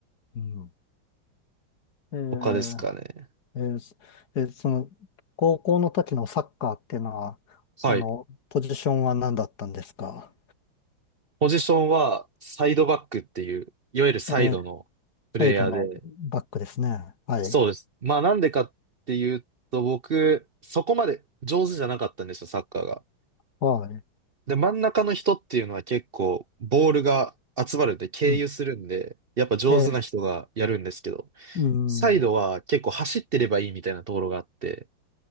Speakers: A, on the left (about 50°); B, on the right (about 50°).
A: うん。えー、
B: 他ですかね。
A: えーそえーその、高校の時のサッカーっていうのは、
B: はい。
A: あの、ポジションは何だったんですか
B: ポジションはサイドバックっていう、いわゆるサイドのプレイヤーで、
A: えー、サイドのバックですね。はい。
B: そうです。まあなんでかっていうと、僕、そこまで上手じゃなかったんですよ、サッカーが。
A: はい。
B: で、真ん中の人っていうのは結構、ボールが集まるんで、経由するんで、
A: うん。
B: やっぱ上手な人がやるんですけど、
A: えー、うん。
B: サイドは結構走ってればいいみたいなところがあって、